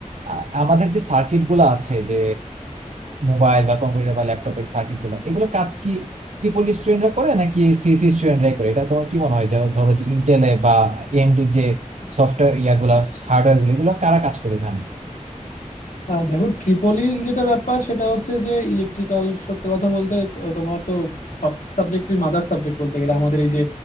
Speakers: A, on the right; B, on the left.
A: আ- আমাদের যে সার্কিট গুলো আছে যে মোবাইল বা কম্পিউটার বা ল্যাপটপের সার্কিট গুলো এগুলো কাজ কি ত্রিপলি স্টুডেন্টরা করে নাকি সিএসসি স্টুডেন্টরাই করে এটা তোমার কি মনে হয় যেমন ধরো যে ইন্টেলে বা এএমডি যে সফটওয়্যার ইয়াগুলা হার্ডওয়্যার গুলো এগুলো কারা কাজ করে ওখানে
B: আহ দেখো ট্রিপলির যেটা ব্যাপার সেটা হচ্ছে যে ইলেকট্রিক্যাল সত্যি কথা বলতে আহ, তোমার তো সব সাবজেক্টের মাদার সাবজেক্ট বলতে গেলে আমাদের এই যে